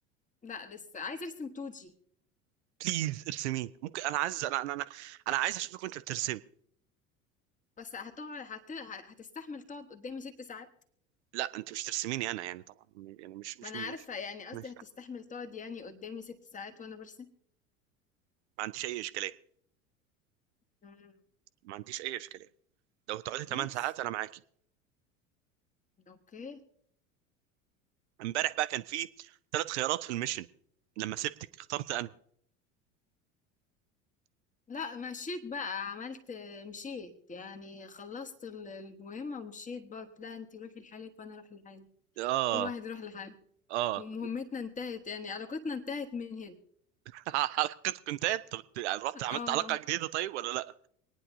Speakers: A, on the left; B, on the right.
A: لا لسه عايزه ارسم توجي
B: بليز ارسميه ممكن انا عايز انا انا انا, أنا عايز اشوفك وانت بترسمي
A: بس هتقعد هت... هتستحمل تقعد قدامي ست ساعات
B: لا انت مش ترسميني انا يعني طبعا يعني مش مش
A: ما انا
B: مش,
A: عارفه يعني قصدي
B: مش.
A: هتستحمل تقعد يعني قدامي ست ساعات وانا برسم
B: ما عنديش اي اشكالية
A: مم.
B: ما عنديش اي اشكالية لو هتقعدي 8
A: كويس
B: ساعات انا معاكي
A: اوكي
B: امبارح بقى كان في ثلاث خيارات في الميشن لما سبتك اخترت انهي
A: لا مشيت بقى عملت مشيت يعني خلصت ال- المهمة ومشيت بقى قلت لها انتي روحي لحالك وانا اروح لحالي
B: اه
A: كل واحد يروح لحاله
B: اه
A: ومهمتنا انتهت يعني علاقتنا انتهت من هنا
B: <laughs> حلقة كونتات طب يعني رحت عملت
A: اه
B: حلقة جديدة طيب ولا لا